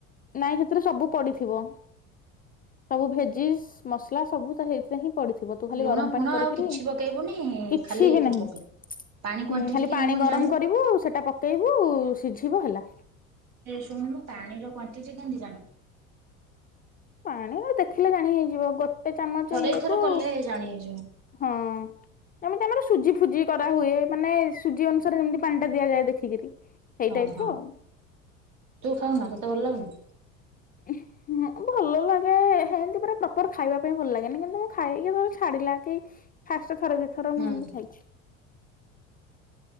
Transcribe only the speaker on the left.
ନାଇଁ ସେଥିରେ ସବୁ ପଡିଥିବ। ସବୁ ଭେଜିସ୍ ମସଲା ସବୁ ହେଇଥିରେ ହିଁ ପଡିଥିବ। ତୁ ଖାଲି
ଗରମ
ପାଣି କରିକିରି,
କିଛି
ବି ନାହିଁ।
ହୁଁ। ଖାଲି
ପାଣି
ଗରମ
କରିବୁ, ସେଇଟା ପକେଇବୁ ସିଝିବ ହେଲା।
ପାଣିର ଦେଖିଲେ ଜାଣି ହେଇଯିବ। ଗୋଟେ ଚାମଚ
ଇଏ
କୁ
ହଁ। ଯେମିତି ଆମର ସୁଜି ଫୁଜି କରାହୁଏ, ମାନେ ସୁଜି ଅନୁସାରେ ଯେମିତି ପାଣି ଟା ଦିଆଯାଏ ଦେଖିକିରି। ସେଇ
ଟାଇପ
ର ଆଉ।
ଉ ହଁ ଭଲ ଲାଗେ, ହେନ୍ତି ପୁରା ପ୍ରପର ଖାଇବା ପାଇଁ ଭଲ ଲାଗେନି। କିନ୍ତୁ ମୁଁ ଖାଏ କିଏ ଧର ଛାଡ଼ିଲା କି ଫାଷ୍ଟ ଥରେ ଦି ଥର
ମୁଁ ଏମିତି ଖାଇଚି।